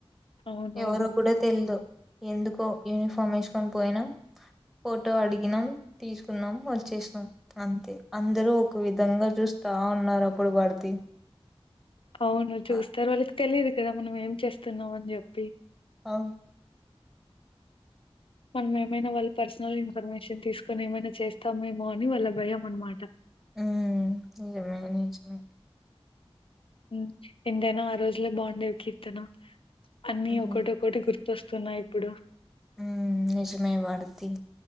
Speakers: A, on the left (about 60°); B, in the centre.
A: అవునవును.
B: ఎవరో కూడా తెలిదు ఎందుకో యూనిఫామ్ వేసుకొని పోయినాం ఫోటో అడిగినాం తీసుకున్నాం వచ్చేసినాం అంతే అందరూ ఒక విధంగా చూస్తా ఉన్నారు అప్పుడు భారతి
A: అవును చూస్తారు
B: ఆ,
A: వాళ్ళకి తెలియదు కదా మనం ఏం చేస్తున్నామ అని చెప్పి
B: అక్
A: మనం ఏమైనా వాళ్ళ పర్సనల్ ఇన్ఫర్మేషన్ తీసుకొని ఏమైనా చేస్తామేమో అని వాళ్ళ భయం అనమాట
B: ఉమ్ నిజమే నిజమే
A: ఉమ్ ఎంతైనా ఆ రోజులే బాగుండేవి కీర్తన అన్ని
B: మ్మ్
A: ఒకోటోకోటే గుర్తు వస్తున్నాయి ఇప్పుడు
B: ఉమ్ నిజమే వాడుతి